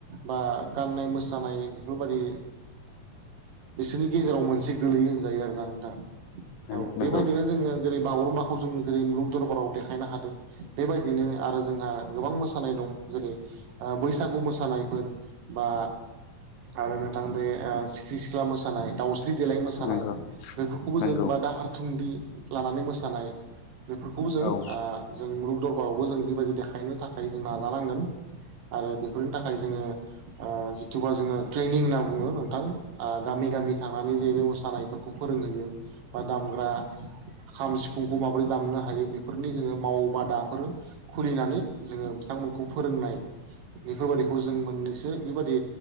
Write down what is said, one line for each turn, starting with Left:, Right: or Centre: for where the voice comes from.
Right: बा गान्नाय मोसानाय बेफोरबादि बिसोरनि गेजेराव मोनसे गोलैयो होनजायो आरोना नों
Left: नंगौ
Right: औ बेबायदिनो जोङो जेरै बागुरुम्बाखौ जों जेरै मुलुग दरबाराव देखायनो हादों। बेबायदिनो आरो जोंहा गोबां मोसानाय दं। जेरै बैसागु मोसानायफोर बा आरो नोंथां बे सिख्रि सिख्ला मोसानाय, दाावस्रि देलाय मोसानाय,
Left: नंगौ
Right: बेफोरखौबो
Left: नंगौ
Right: जों बा दाहार थुंग्रि लानानै मोसानाय बेफोरखौबो जों
Left: औ
Right: जों मुलुग दरबारावबो जों बेबायदि देखायनो थाखाय जों नाजानांगोन। आरो बेफोरनि थाखाय जोंङो- जिथुबा जोंङो ट्रेनिं होनना बुङो नोंथां गामि गामि थांनानै जे बे मोसानायफोरखौ- फोरोंहैयो बा दामग्रा खाम सिफुंखौ माबोरै दामनो हायो बेफोरनि जोंङो मावबादाफोर- खुलिनानै जोङो बिथांमोनखौ फोरोंनाय बेफोरबायाददिखौ जों मोननैसो बेबायादि